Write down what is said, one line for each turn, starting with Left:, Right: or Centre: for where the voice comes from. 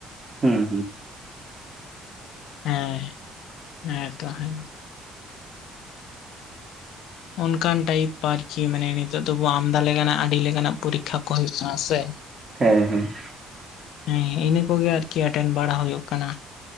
Right: ᱦᱩᱢ
Left: ᱦᱮᱸ ᱦᱮᱸᱛᱚ ᱦᱮᱸ ᱚᱱᱠᱟᱱ ᱴᱟᱭᱤᱯ ᱯᱟᱨᱪᱤ ᱢᱟᱱᱮ ᱱᱤᱛᱚᱜ ᱫᱚᱵᱚᱱ ᱟᱢᱫᱟ ᱞᱮᱠᱟᱱᱟᱜ ᱟᱹᱰᱤ ᱞᱮᱠᱟᱱᱟᱜ ᱯᱚᱨᱤᱠᱠᱷᱟ ᱠᱚ ᱦᱩᱭᱩᱜ ᱠᱟᱱᱟ ᱥᱮ
Right: ᱦᱮᱸ ᱦᱮᱸ
Left: ᱦᱮᱸ ᱤᱱᱟᱹ ᱠᱚᱜᱮ ᱟᱨᱠᱤ ᱮᱴᱮᱱ ᱵᱟᱲᱟ ᱦᱩᱭᱩᱜ ᱠᱟᱱᱟ